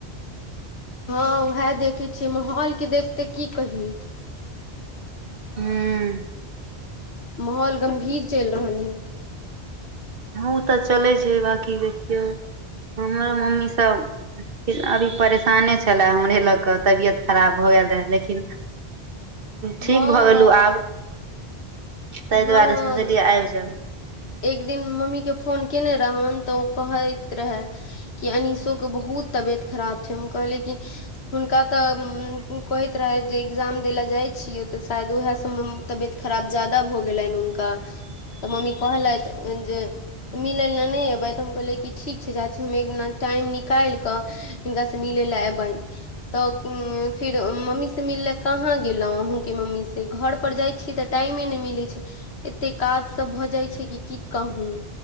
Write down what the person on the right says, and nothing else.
हू
ऊतऽ चलै छै बकी देखियौ हमरो मम्मी सब फर अभी परेशाने छले हमरे ल क तबियत खराब भ गेल रहै लेकिन
ठीक भऽ
गेल आब ताहि
दुआरे
सॅ बुझलयै आइब जाऊ